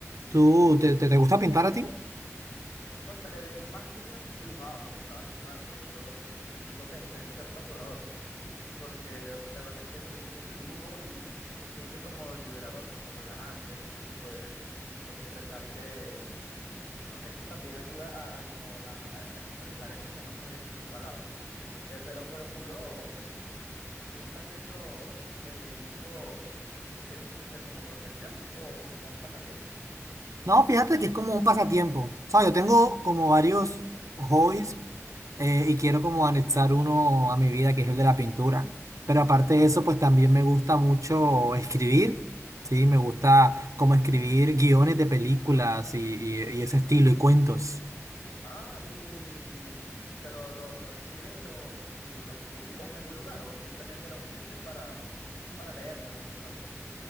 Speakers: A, on the right; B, on the left.
A: ¿Tú te, te, te gusta pintar a ti?
B: Cónchale, de más niños dibujaba, me gustaba dibujar. De hecho, incluso pensé en ser tatuador, porque la verdad es que me gusta mucho el dibujo y se siente como liberador, como relajante poder expresarte, porque esto también ayuda a, a como a, a- a expresar eso que no puedes decir con palabras. Eh, pero, pero tú lo, ¿Tú estás viendo es- eh, dibujo, lo quieres hacer como profesión o como un pasatiempo?
A: No, fíjate que es como un pasatiempo. O sea, yo tengo como varios hobbies eh, y quiero como anexar uno a mi vida, que es el de la pintura. Pero aparte de eso, pues también me gusta mucho escribir, ¿sí? Me gusta como escribir
B: Sí.
A: guiones de películas y, y- y ese estilo y cuentos.
B: Ah, y, y- pero lo- los escribes y, lo- y los publicas en algún lugar o simplemente los escribes para, para leerlos de vez en cuando.